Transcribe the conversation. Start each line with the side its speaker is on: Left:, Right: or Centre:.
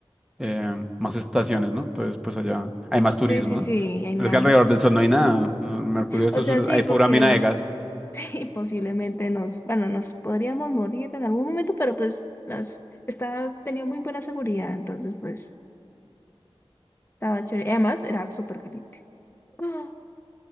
Centre: eh, más estaciones, ¿no? Entonces, pues allá hay más turismo,
Left: Sí, sí,
Centre: ¿no?
Left: sí, y hay más.
Centre: Pero es que alrededor del sol no hay nada. ¿no? Mercurio, eso
Left: O sea,
Centre: es un-
Left: sí,
Centre: hay pura
Left: porque
Centre: mina
Left: diga,
Centre: de gas.
Left: <laughs> sí, posiblemente nos, bueno, nos podríamos morir en algún momento, pero pues las, estaba, tenía muy buena seguridad, entonces pues estaba chévere. Y Además, era súper caliente. Ah,